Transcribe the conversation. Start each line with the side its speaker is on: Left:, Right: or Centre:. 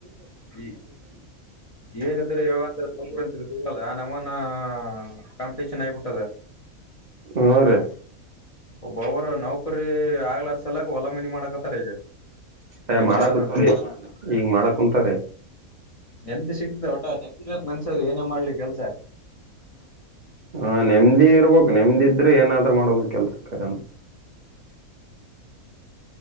Left: ಈ ಏನಿದ್ರೆ ಯಾಗಂತಕಂತ ಸಿಗಲ್ಲ ನಮ್ಮ ಕಾಂಪಿಟಷನ್ ಆಗಬಿಟ್ಟದ
Right: ಹ್ಮ್ ರಿ
Left: ಒಬ್ಬ ಅವರು ನೌಕರಿ ಆಗ್ಲಾರ ಸಲಕ ಒಲ ಮನಿ ಮಾಡಕತ್ತಾರ ಈಗ
Right: ಹ
Left: ನೆಮ್ಮದಿ
Right: ಮಾಡಕ
Left: ಆದಂತ
Right: ಕುತ್ ಈಗ್ ಮಾಡ ಕುಂತಾರ
Left: ನೆಮದಿ ಸಿಗ್ತ ಹೊಟ ನೆಮ್ಮಿ ಮನ್ಸ ಏನೇ ಮಾಡ್ಲಿ ಕೆಲ್ಸ
Right: ಹ ನೆಮದಿ ಇರ್ಬೇಕಕ್ ನೆಮದಿದ್ರೆ ಏನಾದ್ ಮಾಡ್ರ ಕೆಲಸ ಕಾರ್ಯನ